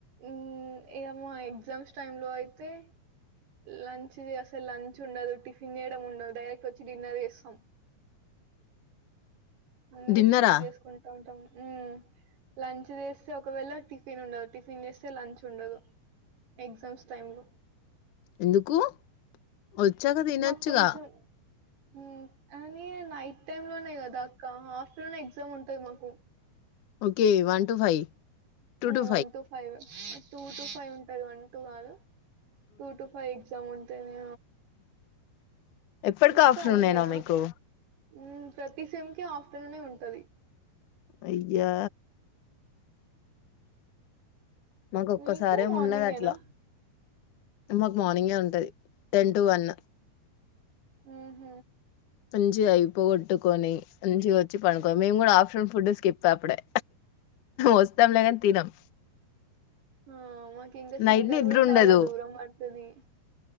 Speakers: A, on the right (about 70°); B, on the left (about 60°).
A: హ్మ్ ఏమో ఎగ్జామ్స్ టైం లో అయితే లంచ్ అసలు లంచ్ ఉండదు టిఫిన్ చేయడం ఉండదు డైరెక్ట్ వచ్చి డిన్నర్ చేస్తాం అన్నీ
B: తిన్నరా
A: స్కిప్ చేసుకుంటా ఉంటాం హ్మ్ లంచ్ చేస్తే ఒకవేళ టిఫిన్ ఉండదు టిఫిన్ చేస్తే లంచ్ ఉండదు ఎగ్జామ్స్ టైం లో
B: ఎందుకు వచ్చాక తినొచ్చుగా
A: నాక్ కొంచం హ్మ్ అని ఈ నైట్ టైమ్ లోనేయి కదా అక్క ఆఫ్టర్నూన్ ఎగ్జామ్ ఉంటాంది మాకు
B: okay one two five to
A: one two five two two five ఉంటది వన్ టూ కాదు టూ టు ఫైవ్ ఎగ్జామ్ ఉంటానే
B: ఎప్పటికి
A: మీకు
B: ఆఫ్టర్నూన్
A: అంతేనా
B: నేనా మీకు
A: హ్మ్ ప్రతి సేమ్కి ఆఫ్టర్నూనే ఉంటది
B: అయ్యా మాకు ఒక్కసారేమి
A: మీకు మార్నింగేనా?
B: ఉన్నది అట్లా మాకు మార్నింగే ఉంటది టెన్ టు వన్
A: ఆ హ
B: మంచిగా అయిపోగొట్టుకొని మంచి వచ్చి పనుకో మేము కూడా ఆఫ్టేర్నూన్ ఫుడ్ స్కిప్ అప్పుడే వస్తాం లేగాని తినం
A: ఆ మాకి ఇంకా సెంటర్
B: నైట్ నిద్ర
A: కూడా చాలా
B: ఉండదు
A: దూరం పడ్తది